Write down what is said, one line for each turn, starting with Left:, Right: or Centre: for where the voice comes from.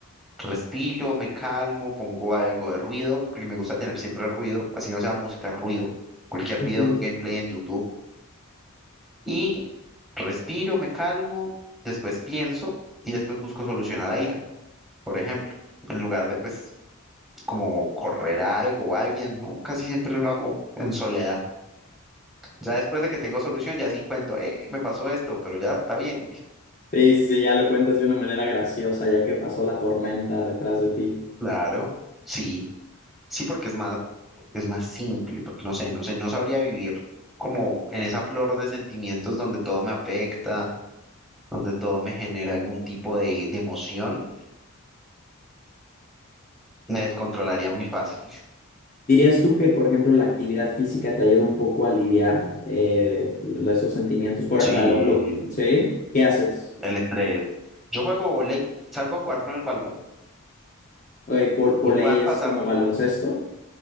Centre: respiro, me calmo, pongo algo de ruido, porque me gusta tener siempre ruido, así no sea música, ruido, cualquier video
Left: okay
Centre: de un gameplay en YouTube y respiro, me calmo, después pienso y después busco solución a la ira, por ejemplo, en lugar de pues como correr a algo o a alguien, ¿no? Casi siempre lo hago en soledad. Ya después de que tengo solución, ya sí cuento, eh, me pasó esto, pero ya está bien.
Left: Sí, sí, ya lo cuentas de una manera graciosa, ya que pasó la tormenta detrás de ti.
Centre: Claro, sí, sí, porque es más, es más simple, porque no sé, no sé, no sabría vivir como en esa flor de sentimientos donde todo me afecta, donde todo me genera algún tipo de, de emoción, me descontrolaría muy fácil.
Left: ¿Dirías tú que, por ejemplo, la actividad física te ayuda un poco a aliviar eh, l- esos sentimientos? Por,
Centre: Sí,
Left: o sea, lo, lo- ¿sí? ¿Qué haces?
Centre: el estrés. Yo juego volei, salgo a jugar con el balón
Left: Eh, vo- voley
Centre: y puedan
Left: es
Centre: pasar.
Left: como baloncesto.